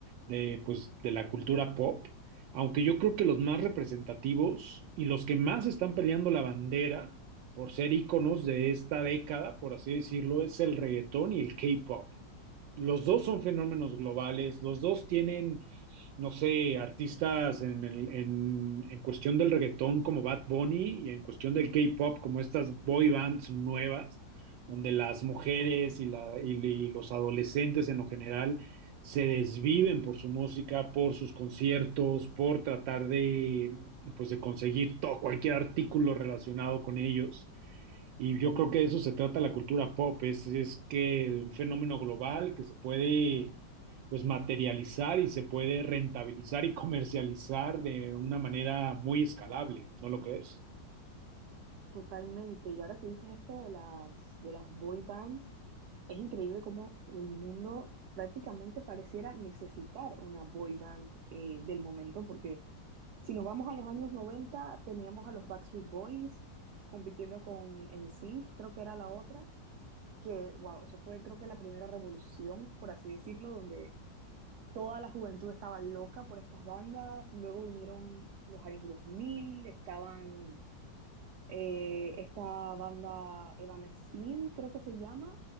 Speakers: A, on the right; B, on the right.
A: de, pues, de la cultura pop, aunque yo creo que los más representativos y los que más están peleando la bandera por ser íconos de esta década, por así decirlo, es el reggaetón y el K-pop. Los dos son fenómenos globales, los dos tienen no sé, artistas en, el- en- en cuestión del reggaetón como Bad Bunny y en cuestión del K-pop como estas boy bands nuevas, donde las mujeres y, la- y- y los adolescentes en lo general se desviven por su música, por sus conciertos, por tratar de, pues, de conseguir todo, cualquier artículo relacionado con ellos. Y yo creo que de eso se trata la cultura pop, es, es que un fenómeno global que se puede pues materializar y se puede rentabilizar y comercializar de una manera muy escalable, ¿no lo crees?
B: Totalmente. Y ahora que dices esto de las, de las boy bands, es increíble cómo el mundo prácticamente pareciera necesitar una boy band eh, del momento porque Si nos vamos a los años 90 teníamos a los Backstreet Boys compitiendo con NSYNC, creo que era la otra, que, wow, eso fue creo que la primera revolución, por así decirlo, donde toda la juventud estaba loca por estas bandas. Luego vinieron los años dos mil estaban eh, esta banda Evanescence, creo que se llama,